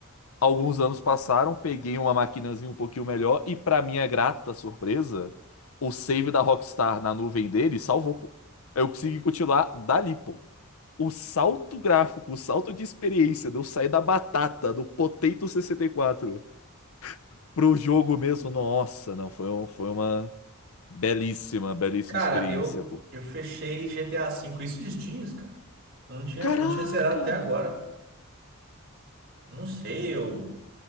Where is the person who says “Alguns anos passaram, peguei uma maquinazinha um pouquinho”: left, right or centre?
Left